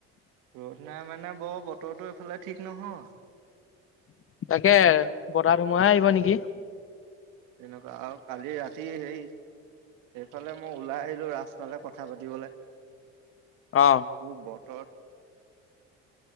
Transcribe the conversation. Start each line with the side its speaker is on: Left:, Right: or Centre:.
Right: ৰ'দ নাই মানে বৰ বতৰটো এইফালে ঠিক নহয়।
Left: তাকে, বতাহ, ধোমহাই আহিব নেকি?
Right: তেনেকুৱা আৰু কালি ৰাতি হেই সেইফালে মই ওলাই আহিলোঁ ৰাস্তালে কথা পাতিবলে।
Left: অ
Right: টোৰ বতৰ